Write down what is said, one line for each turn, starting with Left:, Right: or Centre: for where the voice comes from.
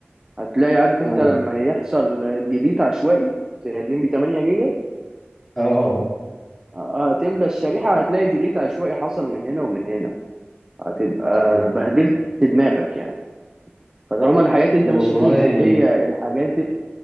Right: هتلاقي عارف
Centre: اه
Right: انت لما يحصل ديليت عشوائي زي الليمبي 8 جيجا
Centre: اه
Right: هتملى الشريحة هتلاقي ديليت عشوائي حصل من هنا ومن هنا هتبقى
Centre: ايوه
Right: بهدلت دماغك يعني فطالما الحاجات اللي
Centre: والله
Right: انت ماشي فيها هي الحاجات